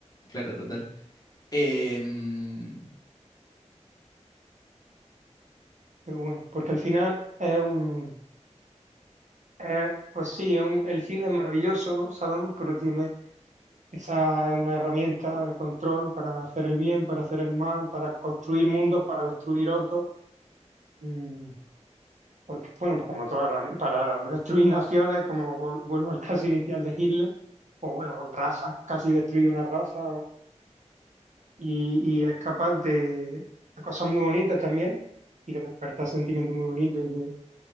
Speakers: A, on the left; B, on the right.
A: claro, total. Eh, mm,
B: pero bueno, porque al final es un, eh, pues sí, es un- el cine es maravilloso, ¿no? Sabemos, pero tiene esa es una herramienta de control para hacer el bien, para hacer el mal, para construir mundos, para destruir otros. Mm, porque, bueno, pues como toda herramienta, para destruir naciones, como vol- vuelvo al caso inicial de Hitler, o bueno, razas, casi destruye una raza, y, y es capaz de, de cosas muy bonitas también y de despertar sentimientos muy bonitos y de,